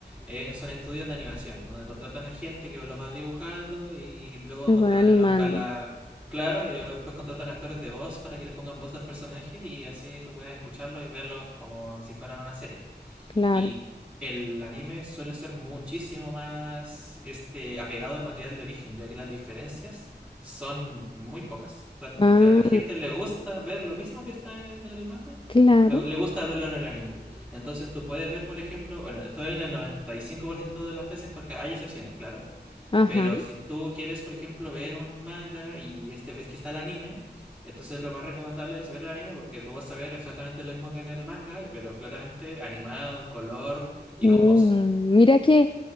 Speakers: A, in the centre; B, on the left (about 30°).
A: eh, son estudios de animación, donde contratan a gente que los va dibujando y luego
B: los
A: contratan
B: van animando.
A: a, la- a la... Claro, y después contratan actores de voz para que les pongan voz a los personajes y así tú puedas escucharlos y verlos como si fueran una serie.
B: Claro.
A: Y el anime suele ser muchísimo más este apegado al material de origen, ya que las diferencias son muy pocas.
B: Ah,
A: Porque a la gente le gusta ver lo mismo que está en el manga,
B: claro.
A: lo- le gusta verlo en el anime. Entonces tú puedes ver, por ejemplo, bueno, esto es en el 95% de las veces porque hay excepciones, claro.
B: Ajá.
A: Pero si tú quieres, por ejemplo, ver un manga y este ves que está el anime, entonces lo más recomendable es ver el anime porque tú vas a ver exactamente lo mismo que en el manga, pero claramente animado, en color y
B: Mm,
A: con voz.
B: mira que